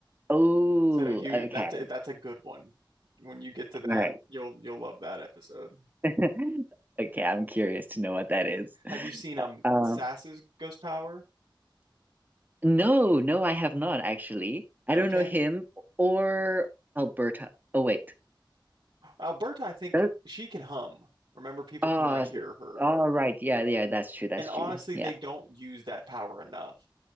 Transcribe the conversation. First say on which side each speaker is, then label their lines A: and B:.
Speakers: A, on the right; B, on the right.
A: Oh,
B: So you,
A: okay,
B: that's a, that's a good one. When you get to
A: all
B: that,
A: right.
B: you'll you'll love that episode.
A: <laughs> Okay, I'm curious to know what that
B: Yeah.
A: is. <laughs>
B: Have you seen um
A: Um,
B: Sass's ghost power?
A: No, no, I have not actually. I
B: Okay.
A: don't know him or Alberta. Oh wait.
B: Alberta, I think
A: That,
B: she can hum. Remember, people
A: ah,
B: can like
A: s-
B: hear her.
A: all right. Yeah, yeah, that's true. That's
B: And honestly,
A: true. Yeah.
B: they don't use that power enough,